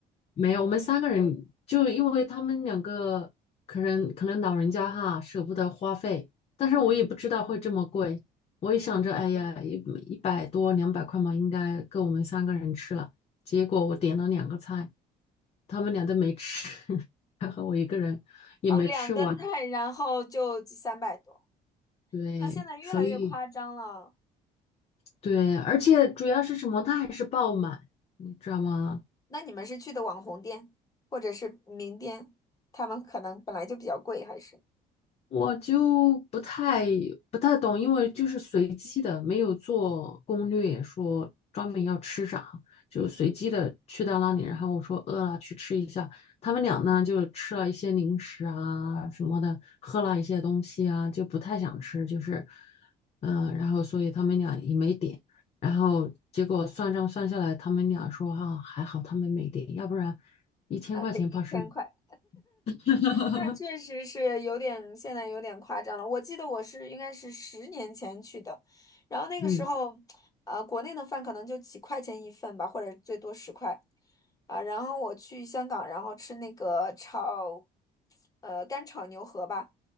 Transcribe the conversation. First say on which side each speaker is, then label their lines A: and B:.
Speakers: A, on the left; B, on the left.
A: 没有，
B: 嗯
A: 我们三个人就因为他们两个可能可能老人家哈舍不得花费，但是我也不知道会这么贵，
B: 嗯
A: 我也想着哎呀一一百多两百块嘛，
B: 嗯。
A: 应该够我们三个人吃了。结果我点了两个菜，他们俩都没吃，<laughs> 还好我一个人也没吃完。
B: 哦，两个菜，然后就三百多。
A: 对，
B: 那现在越来越夸张了。
A: 所以对，而且主要是什么，它还是爆满，你知道吗？
B: 那你们是去的网红店，或者是名店，他们可能本来就比较贵，还是
A: 我就不太不太懂，因为就是随机的，没有做攻略说专门要吃啥，就随机的去到那里，然后我说饿了去吃一下，他们俩呢就吃了一些零食啊什么的，喝了一些东西啊，就不太想吃，就是嗯、呃然后所以他们俩也没点，然后结果算账算下来，他们俩说哈还好他们没点，要不然一千块钱怕是
B: 啊，得一千块。
A: <laughs>
B: 那确实是有点，现在有点夸张了。我记得我是应该是十年前去的，然后那个时候，
A: 嗯
B: 呃，国内的饭可能就几块钱一份吧，或者最多十块，啊、然后我去香港，然后吃那个炒，呃，干炒牛河吧，